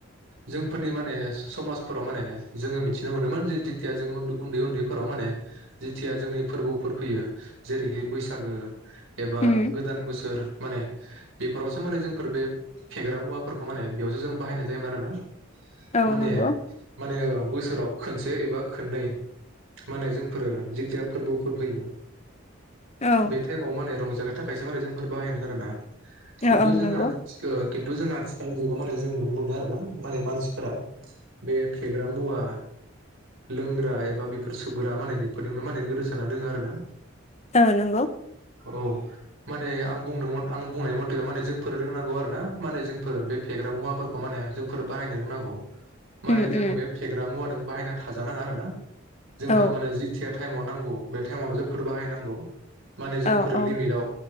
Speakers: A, on the right; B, on the left.
A: जोंफोरनि माने समाजफोराव माने जोङो मिथिनो मोनोमोनजे जेथिया जों उन्दै उन्दैफोराव माने जेथिया जोंनि फोरबोफोर फैयो जेरैहाय बैसागो एबा
B: उम
A: गोदान बोसोर माने बेफोरावसो माने जोंफोर बे फेग्रा मुवाफोरखौ माने बेयावसो जों बाहायनाय जायोमोन आरोना।
B: औ
A: माने
B: नंगौ
A: माने बोसोराव खोनसे एबा खोननै माने जोंफोरो जिथिया फोरबोफोर फैयो
B: औ
A: बे टाइमाव माने रंज नि थाखायसो मारै जोंफोर बाहायोमोन आरोना खिन्थु
B: औ औ
A: जोंहा
B: नंगौ
A: खिन्थु जोंहा आथिखालनि जुगाव माने जों नुनो मोनो आरो ना। माने मानसिफोरा बे फेग्रा मुवा लोंग्रा एबा बेफोर सुग्रा माने बेफोरजोंनो माने गोदोसोना दोङो आरो ना?
B: ओ नोंगौ।
A: औ माने आं बुंनो आं बुंनाय मथेब माने जोंफोर रोंनांगौ आर ना माने जोंफोर बे फेग्रा मुवाफोरखौ माने जोंफोर बाहायनो रोंनांगौ। माने
B: उम
A: जोङो
B: उम
A: बे फेग्रा मुवा दों बाहायनानै थाजानाङा आरो ना। जोंफोर
B: औ
A: माने जिथिया। टाइमाव नांगौ बे टाइमावल' जों फोर बाहायनांगौ। माने जोंफोर
B: औ
A: लिमिटआव
B: औ